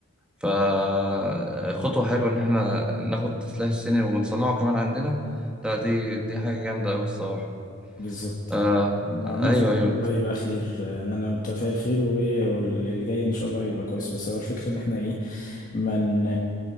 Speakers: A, in the centre; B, on the left (about 35°).
A: فخطوة حلوة إن إحنا ناخد التسليح الصيني ونصنعه كمان عندنا ده دي دي حاجة جامدة أوي الصراحة
B: بالظبط
A: آه
B: يعني عامة
A: أيوه أيوه
B: كله هيبقى خير آه، ان انا متفائل خير وهو اللي جاي ان شاء الله هيبقى كويس بس هو الفكرة ان احنا ايه من